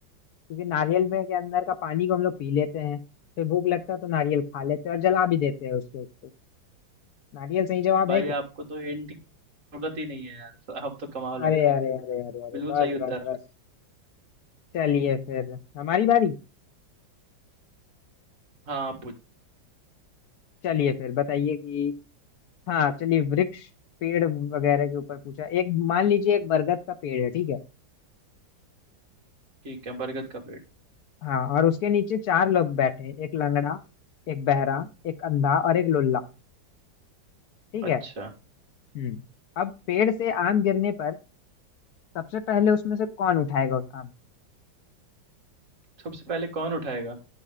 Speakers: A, on the left (about 65°); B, on the right (about 40°).
A: क्योंकि नारियल में के अंदर का पानी को हम लोग पी लेते हैं फिर भूख लगता है तो नारियल खा लेते हैं और जला भी देते हैं उसके उसको नारियल सही जवाब
B: भाई
A: है क्या
B: आपको तो हिंट की जरूरत ही नहीं है यार आप तो कमाल हो
A: अरे
B: यार
A: अरे अरे अरे अरे
B: बिल्कुल
A: बस
B: सही उत्तर
A: बस बस चलिए फिर हमारी बारी
B: हाँ आप पूछ
A: चलिए फिर बताइए कि हाँ चलिए वृक्ष पेड़ वगैरह के ऊपर पूछा एक मान लीजिए एक बरगद का पेड़ है ठीक है
B: ठीक है बरगद का पेड़
A: हाँ और उसके नीचे चार लोग बैठे एक लंगड़ा एक बहरा एक अंधा और एक लुल्ला ठीक
B: अच्छा
A: है हम्म अब पेड़ से आम गिरने पर सबसे पहले उसमें से कौन उठाएगा उस आम
B: सबसे पहले कौन उठाएगा